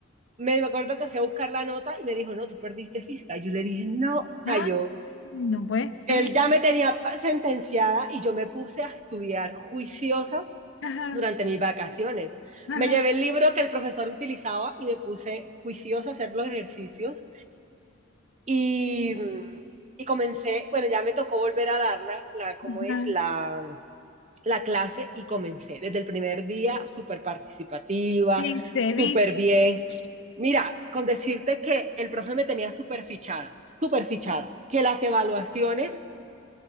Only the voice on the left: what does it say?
Ah,
no puede ser.
Ajá,
ajá,
ajá.
Viste,
viste.